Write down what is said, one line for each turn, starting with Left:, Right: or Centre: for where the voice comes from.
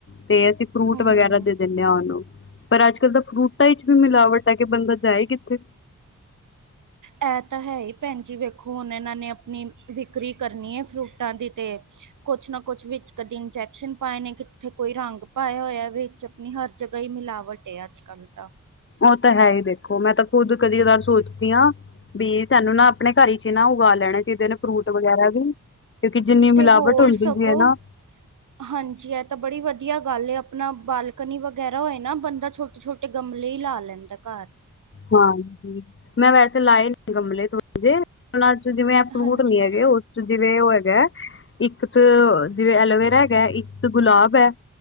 Left: ਤੇ ਅਸੀਂ ਫਰੂਟ
Right: ਹੂੰ
Left: ਵਗੈਰਾ ਦੇ ਦਿੰਦੇ ਆ ਉਹਨੂੰ ਪਰ ਅੱਜ ਕੱਲ ਤਾਂ ਫਰੂਟਾਂ ਚ ਵੀ ਮਿਲਾਵਟ ਹੈ ਕਿ ਬੰਦਾ ਜਾਏ ਕਿੱਥੇ
Right: ਹ ਇਹ ਤਾਂ ਹੈ ਹੀ ਭੈਣ ਜੀ ਵੇਖੋ ਹੁਣ ਇਹਨਾਂ ਨੇ ਆਪਣੀ ਵਿਕਰੀ ਕਰਨੀ ਹੈ ਫਰੂਟਾਂ ਦੀ ਤਾਂ ਕੁਛ ਨਾ ਕੁਛ ਵਿੱਚ ਕਦੇ ਇੰਜੈਕਸ਼ਨ ਪਾਏ ਨੇ ਕਿੱਥੇ ਕੋਈ ਰੰਗ ਪਾਇਆ ਹੋਇਆ ਵਿੱਚ ਆਪਣੀ ਹਰ ਜਗ੍ਹਾ ਹੀ ਮਿਲਾਵਟ ਹੈ ਅੱਜ ਕੱਲ੍ਹ ਤਾਂ
Left: ਉਹ ਤਾਂ ਹੈ ਹੀ ਦੇਖੋ ਮੈਂ ਤਾਂ ਖੁਦ ਕਦੀ ਕਦਾਰ ਸੋਚਦੀ ਹਾਂ ਵੀ ਸਾਨੂੰ ਨਾ ਆਪਣੇ ਘਰ ਚ ਹੀ ਨਾ ਉਗਾ ਲੈਣਾ ਕਿਦੇ ਨੇ ਫਰੂਟ ਵਗੈਰਾ ਵੀ ਕਿਉਂਕਿ ਜਿੰਨੀ
Right: ਤੇ
Left: ਮਿਲਾਵਟ
Right: ਹੋਰ
Left: ਹੁੰਦੀ
Right: ਸਗੋਂ
Left: ਵੀ ਹੈ ਨਾ
Right: ਹਾਂਜੀ ਇਹ ਤਾ ਬੜੀ ਵਧੀਆ ਗੱਲ ਆਪਣਾ ਬਾਲਕਨੀ ਵਗੈਰਾ ਹੋਏ ਨਾ ਬੰਦਾ ਛੋਟ ਛੋਟੇ ਗਮਲੇ ਹੀ ਲਾ ਲੈਂਦਾ ਘਰ।
Left: ਹਾਂਜੀ ਮੈਂ ਵੈਸੇ ਲਾਏ ਨੇ ਗਮਲੇ ਥੋ ਨਾਂ ਚ ਜਿਵੇਂ ਫਰੂਟ
Right: ਹਾਂਜੀ
Left: ਨਹੀਂ ਹੈਗੇ ਉਸ ਚ ਜਿਵੇਂ ਉਹ ਹੈਗਾ ਇੱਕ ਚ ਜਿਵੇਂ ਐਲੋਵੇਰਾ ਹੈਗਾ ਇੱਕ ਗੁਲਾਬ ਹੈ